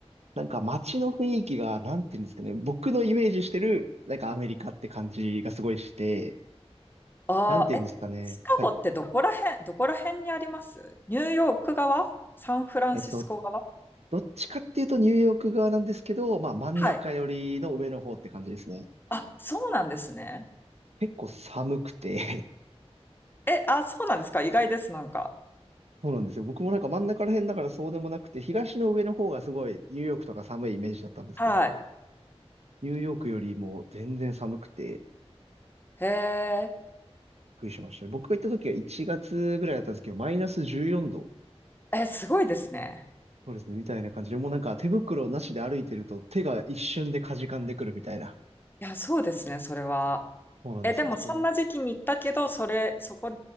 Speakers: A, on the right; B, on the left.
A: なんか街の雰囲気が、なんていうんですかね。僕のイメージしてる、なんかアメリカって感じがすごいして、
B: ああー、
A: なんていうんですかね。
B: え、シカゴってどこら辺、
A: はい
B: どこら辺にありますニューヨーク側サンフランシスコ側
A: えっと、どっちかっていうとニューヨーク側なんですけど、まあ真ん中寄りの上の方って感じですね。
B: はい。あ、そうなんですね。
A: 結構寒くて
B: え、あ、そうなんですか意外です、なんか。
A: <laughs> そうなんですよ。僕もなんか真ん中ら辺だからそうでもなくて、東の上の方がすごいニューヨークとか寒いイメージだったんですけど、
B: はい。
A: ニューヨークよりも全然寒くて
B: へえ、
A: びっくりしましたね。僕が行った時は1月ぐらいだったんですけど、マイナス14度。
B: え、すごいですね。
A: そうですね、みたいな感じで、もうなんか手袋なしで歩いてると手が一瞬でかじかんでくるみたいな。
B: いや、そうですね、それは。
A: そうなんですね。
B: え、でもそんな時期に行ったけど、
A: それ、
B: それ、そこ、